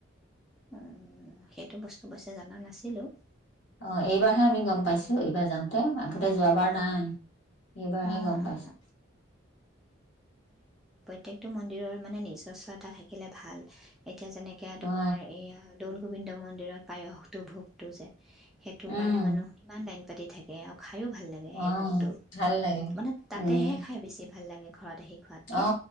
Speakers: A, in the centre; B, on the left.
A: উম সেইটো বস্তু অৱশ্যে জনা নাছিলো।
B: আহ এইবাৰহে আমি গম পাইছো এইবাৰ যাওঁতে আগতে
A: অঁ
B: যোৱাবাৰ
A: অঁ অঁ
B: নাই এইবাৰহে
A: অঁ
B: গম পাইছো।
A: অঁ এইটো মন্দিৰৰ মানে নিজস্ব এটা থাকিলে ভাল এ এতিয়া যেনেকে তোমাৰ
B: অ
A: এই গোবিন্দ মন্দিৰত পায়সটো ভোগটো যে। সেইটো
B: উম
A: কাৰণে মানুহ কিমান লাইন। পাতি থাকে আৰু খাইয়ো ভাল লাগে
B: অ
A: সেই ভোগটো
B: ভাল লাগে
A: মানে তাতেহে
B: উম
A: খাই বেছি ভাল লাগে ঘৰত আহি খোৱাতকে।
B: অ